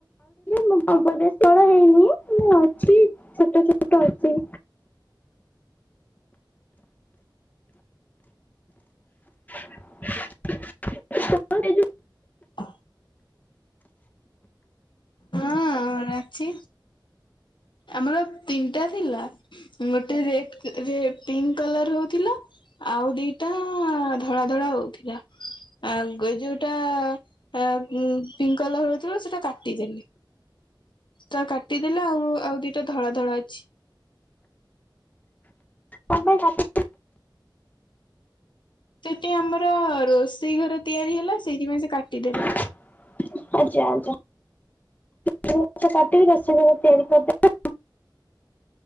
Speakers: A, on the left; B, on the left.
A: ମୁଁ <unintelligible> ବଡ ହେଇନି ମୁଁ ଅଛି ଛୋଟ-ଛୋଟ ଅଛି। <inaudible>
B: ହ ହଁ ଆମର ଅଛି, ଆମର ତିନିଟା ଥିଲା। ଗୋଟେ ରେଟ୍ ରେ ପିଙ୍କ୍ କଲର୍ ହଉଥିଲା। ଆଉ ଦିଟା ଧଳା-ଧଳା ହଉଥିଲା। ଆଉ ଯୋଉଟା ଆ ପିଙ୍କ୍ କଲର୍ ହଉଥିଲା ସେଇଟା କାଟିଦେଲି। ଟା କାଟିଦେଲେ ଆଉ-ଆଉ ଦିଟା ଧଳା-ଧଳା ଅଛି।
A: କଣ ପାଇଁ କାଟି
B: ସେଠି ଆମର ରୋଷେଇ ଘର ତିଆରି ହେଲା, ସେଇଥିପାଇଁ ସେ କାଟିଦେଲେ।
A: ଆଜା-ଆଜା ପିଜୁଳି ଗଛ କାଟିକି ରୋଷେଇ ଘର ତିଆରି କରିଦେଲେ।